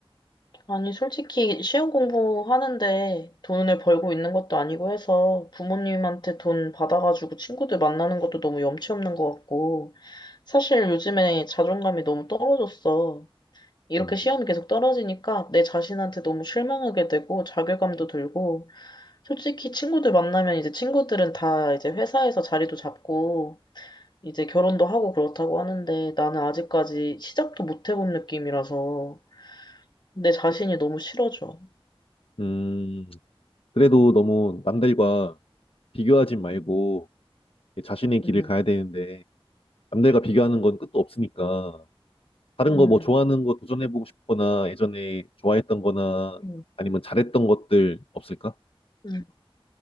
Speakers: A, on the left (about 45°); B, on the left (about 65°).
A: 아니, 솔직히 시험 공부하는데 돈을 벌고 있는 것도 아니고 해서 부모님한테 돈 받아가지고 친구들 만나는 것도 너무 염치 없는 것 같고 사실 요즘에 자존감이 너무 떨어졌어. 이렇게
B: 음,
A: 시험이 계속 떨어지니까 내 자신한테 너무 실망하게 되고 자괴감도 들고 솔직히 친구들 만나면 이제 친구들은 다 이제 회사에서 자리도 잡고 이제 결혼도 하고 그렇다고 하는데 나는 아직까지 시작도 못 해본 느낌이라서 내 자신이 너무 싫어져.
B: 음, 그래도 너무 남들과 비교하지 말고
A: 음.
B: 자신의 길을
A: 음,
B: 가야 되는데 남들과 비교하는 건 끝도 없으니까 다른
A: 음,
B: 거 뭐 좋아하는 거 도전해보고 싶거나 예전에 좋아했던 거나
A: 음.
B: 아니면 잘했던 것들 없을까?
A: 음.